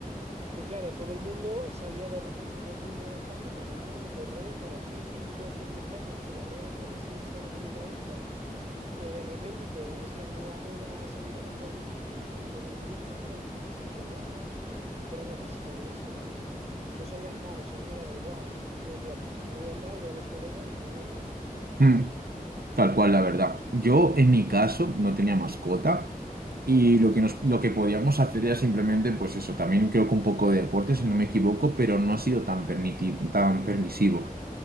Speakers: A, on the right (about 45°); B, on the right (about 85°).
A: Que claro, todo el mundo salía de repente, todo el mundo era fan de caminar, de correr, las bicis de hace 10 años con la rueda más deshinchada que mi cabeza. Eh, de repente es la nueva moda salir a montar en bici y todo el mundo sacando las bicis desempolvándolas. Que era buenísimo ver eso, vamos. Yo salía a andar, o sea, a mí me daba igual. Yo decía, "Pf, me voy a andar, veo a los colegas y me vuelvo.
B: <laughs> Tal cual, la verdad. Yo, en mi caso, no tenía mascota y lo que, nos, lo que podíamos hacer era simplemente, pues eso, también creo que un poco de deporte, si no me equivoco, pero no ha sido tan permiti- tan permisivo.